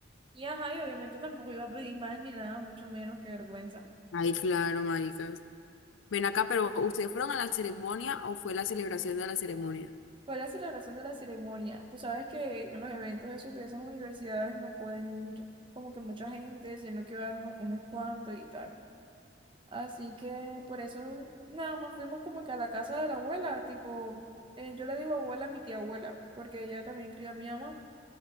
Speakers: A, on the right; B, on the left.
A: Y ajá, y obviamente tampoco iba a pedir más ni nada, mucho menos, que vergüenza.
B: Ay, claro, maricas. Ven acá, pero ¿ustedes fueron a la ceremonia o fue la celebración de la ceremonia?
A: Fue la celebración de la ceremonia. Tú sabes que en los eventos esos de esas universidades no pueden ir como que mucha gente, sino que van uno- unos cuantos y tal. Así que por eso nada más fuimos como que a la casa de la abuela, tipo, eh, yo le digo abuela a mi tía abuela, porque ella también crió a mi mamá.